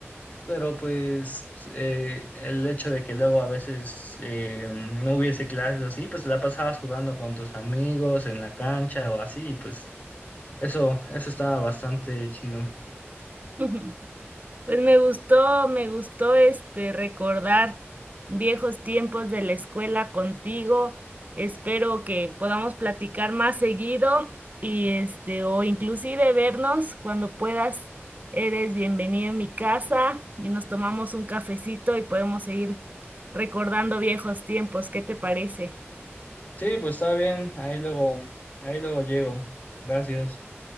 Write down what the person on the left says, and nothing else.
pero pues eh, el hecho de que luego a veces eh, no hubiese clases o así, pues la pasabas jugando con tus amigos en la cancha o así, y pues eso, eso estaba bastante chido.
Sí, pues está bien. Ahí luego, ahí luego llego. Gracias.